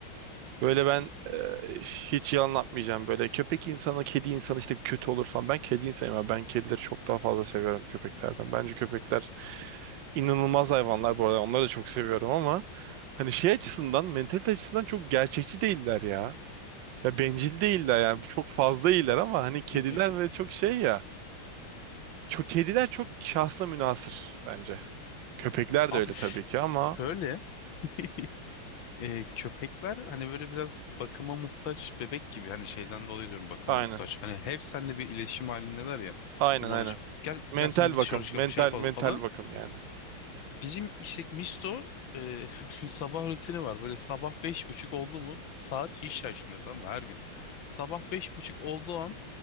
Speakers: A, on the right; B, on the left.
A: böyle ben e, hiç yalan atmayacağım. Böyle köpek insanı, kedi insanı işte kötü olur falan. Ben kedi insanıyım ama ben kedileri çok daha fazla seviyorum köpeklerden. Bence köpekler inanılmaz hayvanlar bu arada. Onları da çok seviyorum ama hani şey açısından, mentalite açısından çok gerçekçi değiller ya. Ya bencil değiller yani. Çok fazla iyiler ama hani
B: <laughs>
A: kediler ve çok şey ya. Çok, kediler çok şahsına münhasır bence. Köpekler
B: Abi
A: de öyle tabii
B: ş-
A: ki ama
B: şöyle <laughs> e, köpekler hani böyle biraz bakıma muhtaç bebek gibi hani şeyden dolayı diyorum bakıma
A: aynen.
B: muhtaç. Hani hep seninle bir iletişim halindeler ya
A: Aynen
B: durmadan
A: aynen.
B: önce gel
A: Mental
B: gel seni bir
A: bakım.
B: dışarı çıkalım
A: Mental
B: şey yapalım
A: mental
B: falan.
A: bakım yani.
B: Bizim işte Misto e, <laughs> bir sabah rutini var. Böyle sabah beş buçuk oldu mu saat hiç şaşmıyor tamam mı her gün. Sabah beş buçuk olduğu an